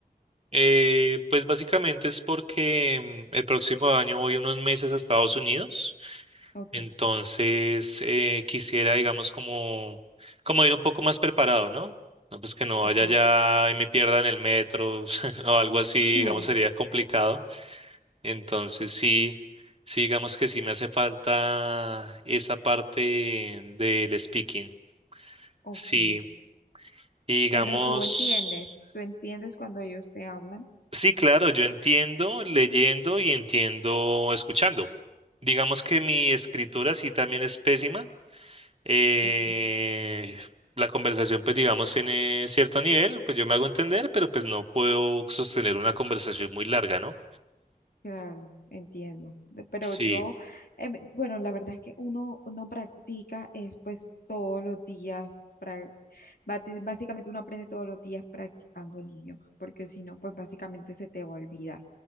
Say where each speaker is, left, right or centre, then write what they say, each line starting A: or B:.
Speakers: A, on the right; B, on the left.
A: Eh, pues básicamente es porque mm, el próximo año voy unos meses a Estados Unidos.
B: Ok.
A: Entonces, eh, quisiera, digamos, como, como ir un poco más preparado, ¿no? No, pues que no
B: Ok,
A: vaya ya y me pierda en el metro <laughs> o algo así,
B: claro,
A: digamos, sería complicado. Entonces, sí, sí, digamos que sí me hace falta esa parte del speaking.
B: ok.
A: Sí, y digamos,
B: Pero tú entiendes, tú entiendes cuando ellos te hablan.
A: sí, claro, yo entiendo leyendo y entiendo escuchando. Digamos que mi escritura sí también es pésima. eh,
B: Ok.
A: la conversación, pues digamos, tiene cierto nivel, pues yo me hago entender, pero pues no puedo sostener una conversación muy larga, ¿no?
B: Claro, entiendo. De- Pero
A: Sí,
B: yo, em, bueno, la verdad es que uno, uno practica es, pues todos los días, pra- bati- básicamente uno aprende todos los días practicando el idioma, porque si no, pues básicamente se te va a olvidar.